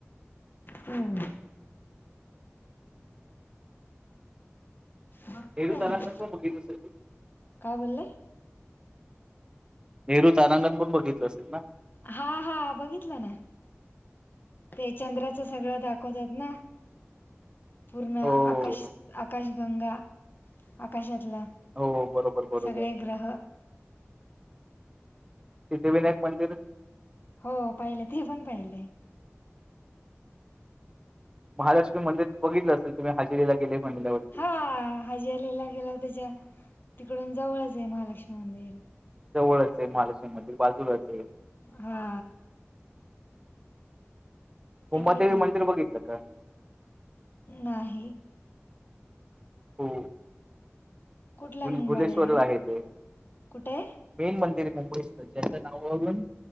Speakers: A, on the left; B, on the right.
A: हम्. भरपूर
B: नेहरू
A: आहे
B: तारांगण
A: मग
B: पण बघितलं असेल तुम्ही?
A: काय बोललेय.
B: नेहरू तारांगण पण बघितलं असेल ना.
A: हा हा बघितलं ना ते चंद्राचं सगळं दाखवतात ना. पूर्ण
B: हो
A: आकाश आकाशगंगा आकाशातला
B: हो बरोबर बरोबर
A: सगळे ग्रह
B: सिद्धिविनायक मंदिर
A: हो पाहिलं ते पण पाहिलंय.
B: महालक्ष्मी मंदिर बघितलं असेल तुम्ही हजेरीला गेले महिल्यावरती
A: हा हाजी आलेला गेला त्याच्या तिकडून जवळच आहे महालक्ष्मी मंदिर
B: जवळच आहे महालक्ष्मी मंदिर बाजूलाच आहे.
A: हा. तिकडे
B: उंमादेवी
A: गेले
B: मंदिर बघितलं का?
A: नाही.
B: हो
A: कुठला
B: भुली
A: मुंबादेवी
B: भुलेश्वर आहे ते
A: कुठे?
B: मेन मंदिर मुंबईसन ज्याच नावावरून